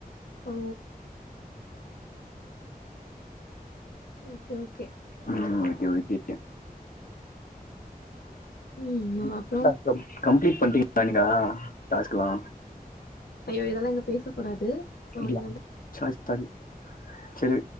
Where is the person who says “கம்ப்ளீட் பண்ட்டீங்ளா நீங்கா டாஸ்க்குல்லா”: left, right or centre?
Left